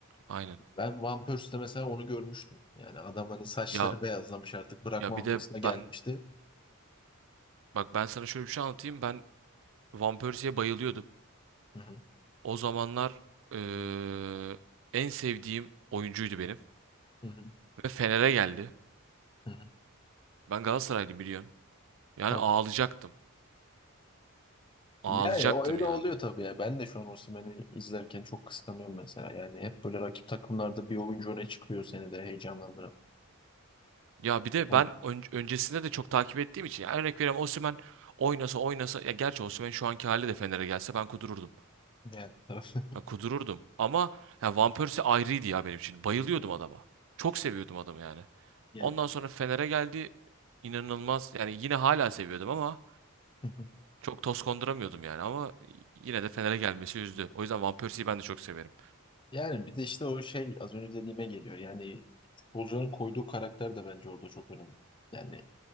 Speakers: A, on the right; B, on the left.
A: Aynen.
B: Ben Van Persie'de mesela onu görmüştüm. Yani adam hani saçları
A: Ya
B: beyazlamış artık bırakma
A: ya bir
B: noktasına
A: de
B: gelmişti.
A: ben bak ben sana şöyle bir şey anlatayım. Ben Van Persie'ye bayılıyordum.
B: Hı hı,
A: O zamanlar eee, en sevdiğim oyuncuydu benim.
B: hı hı,
A: Ve Fener'e geldi.
B: hı hı.
A: Ben Galatasaraylı biliyorsun. Yani
B: Tabii.
A: ağlayacaktım. Ağlayacaktım
B: Ya, ya o öyle
A: yani.
B: oluyor tabii ya. Ben de şu an Osimhen'i izlerken çok kıskanıyorum mesela. Yani hep böyle rakip takımlarda bir oyuncu öne çıkıyor seni de heyecanlandıran.
A: Ya bir de
B: Onun
A: ben ön- öncesinde de çok takip ettiğim için. Yani örnek veriyorum Osimhen oynasa oynasa. Ya gerçi Osimhen şu anki hali de Fener'e gelse ben kudururdum.
B: yani taraf
A: Ben kudururdum. Ama ya Van Persie ayrıydı ya benim için. Bayılıyordum adama. Çok seviyordum adamı yani.
B: <laughs> yani.
A: Ondan sonra Fener'e geldi. İnanılmaz. Yani yine hala seviyordum ama
B: <laughs>
A: çok toz konduramıyordum yani. Ama yine de Fener'e gelmesi üzdü. O yüzden Van Persie'yi ben de çok severim.
B: Yani bir de işte o şey az önce dediğime geliyor. Yani futbolcunun koyduğu karakter de bence orada çok önemli. Yani